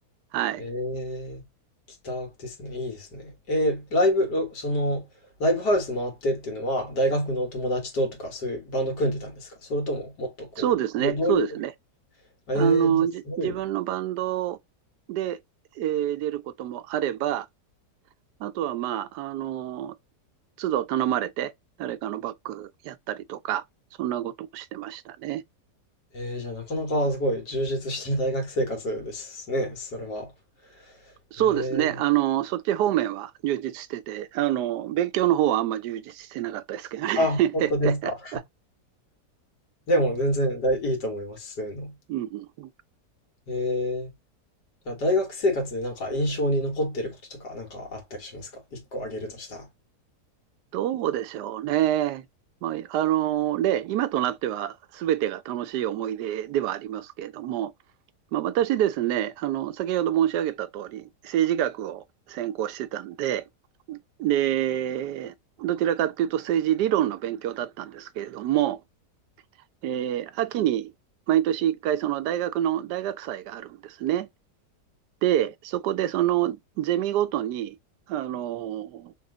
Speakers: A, on the right (about 80°); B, on the left (about 80°).
A: はい。
B: へえ、ギターですね。いいですね。えー、ライブ、ろその、ライブハウス回ってっていうのは、大学の友達ととか、そういうバンド組んでたんですかそれとも、もっとこう、
A: そうですね、
B: ど、どういう、
A: そうですね。
B: えー、
A: あの、
B: じゃあすごい、
A: じ、自分のバンドで、えー出ることもあれば、あとはまあ、あの、都度頼まれて、誰かのバックやったりとか、そんなこともしてましたね。
B: えー、じゃあなかなかすごい充実した大学生活ですね、それは。
A: そうですね。
B: えー、
A: あの、そっち方面は充実してて、あの、勉強の方はあんま充実してなかったですけどね。<laughs>
B: あ、本当ですか。でも全然大いいと思います、そういうの。
A: うん
B: えーじゃあ大学生活でなんか印象に残ってることとかなんかあったりしますか一個あげるとしたら。
A: どうでしょうね。まあ、あの、ね、今となっては全てが楽しい思い出ではありますけれども、まあ、私ですね、あの、先ほど申し上げた通り、政治学を専攻してたんで、で、どちらかというと政治理論の勉強だったんですけれども、えー秋に毎年一回その大学の大学祭があるんですね。で、そこでそのゼミごとに、あの